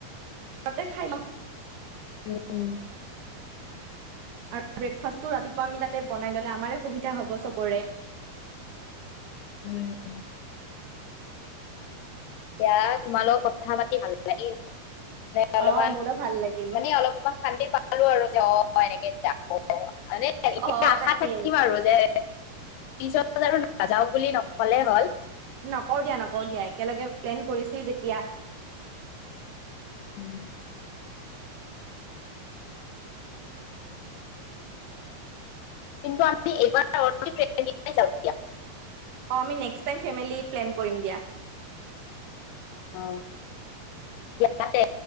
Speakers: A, on the right; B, on the left.
A: ততে খাই লম
B: এই
A: আৰু ব্ৰেকফাষ্টটো ৰাতিপুৱা আমি তাতে বনাই ললে আমাৰে সুবিধা হ'ব চবৰে
B: উম য়া <unintelligible> তোমালগত কথা পাতি ভাল লাগিল ন
A: অ',
B: অলপমান
A: মোৰো ভাল লাগিল
B: মানে অলপমান খান্দি প ালো আৰু যে অ এনেকে যাব মানে এতিয়া
A: অ',
B: আশা
A: তাকেই
B: থাকিম আৰু যে পিছত আৰু নাযাও বুলি নকলে হল
A: নকৰওঁ দিয়া নকৰ দিয়া একেলগে প্লেন কৰিছো যেতিয়া
B: উম কিন্তুি এবাৰ
A: অ আমি্ নেস্ক টাইম ফেমেলি প্লেনিং কৰিড় দিয়া
B: অ দতে